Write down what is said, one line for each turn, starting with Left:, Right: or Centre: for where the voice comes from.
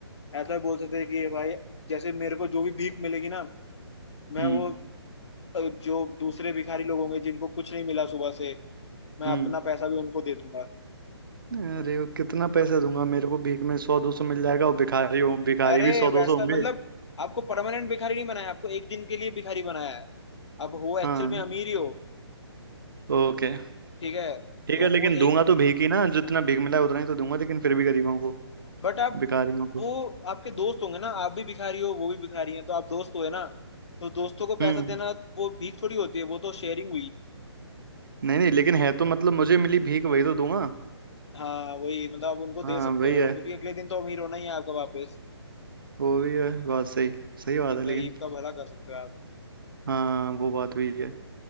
Left: ऐसा भी बोल सकते हैं कि भाई जैसे मेरे को जो भी भीख मिलेगी ना मैं
Right: हम्म
Left: वो अ, जो दूसरे भिखारी लोग होंगे जिनको कुछ नहीं मिला सुबह से मैं
Right: हम्म
Left: अपना पैसा भी उनको दे दूंगा
Right: अरे वो कितना पैसा दूंगा मेरे को भीख में सौ दो सौ मिल जाएगा और भिखारी हो भिखारी
Left: अरे
Right: भी सौ
Left: वैसा
Right: दो सौ होंगे
Left: मतलब आपको परमानेंट भिखारी नहीं बनाया आपको एक दिन के लिए भिखारी बनाया है आप हो एक्चुअल
Right: हाँ
Left: में अमीर ही हो
Right: ओके
Left: ठीक है
Right: ठीक
Left: तो
Right: है लेकिन
Left: वो एक
Right: दूंगा तो भीख ही ना जितना भीख मिला है उतना ही तो दूंगा लेकिन फिर भी गरीबों को
Left: बट आप
Right: भिखारियों को
Left: वो आपके दोस्त होंगे ना आप भी भिखारी हो वो भी भिखारी है तो आप दोस्त हुए ना तो दोस्तों को पैसा
Right: हम्म
Left: देना वो भीख थोड़ी होती है वो तो शेयरिंग हुई
Right: नहीं नहीं लेकिन है तो मतलब मुझे मिली भीख वही तो दूंगा
Left: हाँ वही मतलब आप उनको दे
Right: हाँ
Left: सकते
Right: वही
Left: हो
Right: है
Left: क्योंकि अगले दिन तो अमीर होना ही है आपका वापस
Right: वो भी है बात सही सही बात
Left: तो
Right: है लेकिन
Left: गरीब का भला कर सकते हो आप
Right: हाँ वो बात भी है